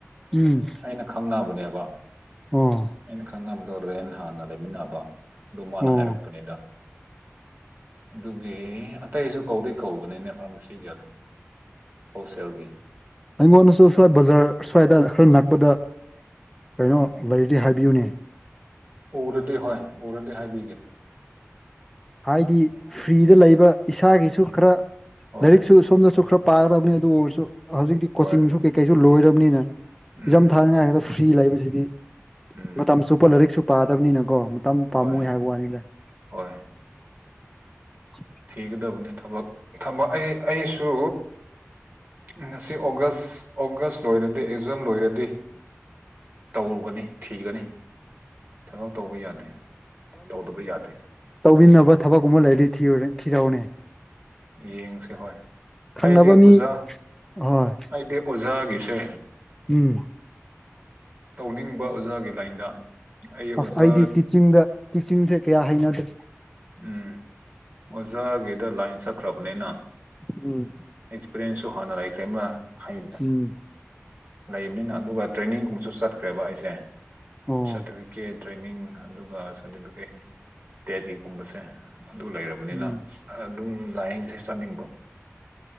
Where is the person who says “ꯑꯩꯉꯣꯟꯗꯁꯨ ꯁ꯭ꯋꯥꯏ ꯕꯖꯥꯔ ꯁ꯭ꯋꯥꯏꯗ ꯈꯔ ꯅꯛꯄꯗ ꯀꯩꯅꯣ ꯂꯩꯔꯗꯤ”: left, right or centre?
Centre